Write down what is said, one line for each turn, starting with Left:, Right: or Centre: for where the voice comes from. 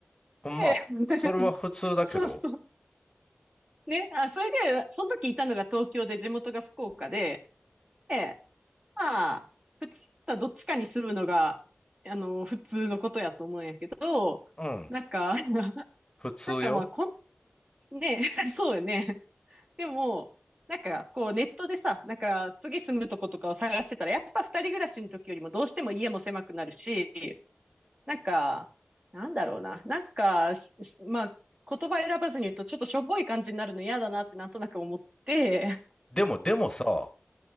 Left: う。まあ、
Right: で、<laughs>
Left: それは普通だけど。
Right: そうそう。ね、あ、それで、その時いたのが東京で地元が福岡で、で、まあ、普通はどっちかに住むのが、あの、普通のことやと思うんやけど、
Left: うん、
Right: なんか、<laughs>
Left: 普通よ。
Right: なんかまあ、こん、ね、<laughs> そうよね。でも、なんか、こう、ネットでさ、なんか、次住むとことかを探してたら、やっぱ二人暮らしの時よりもどうしても家も狭くなるし、なんか、なんだろうな。なんか、ししまあ、言葉選ばずに言うと、ちょっとしょぼい感じになるの嫌だなってなんとなく思って、
Left: でも、でもさ、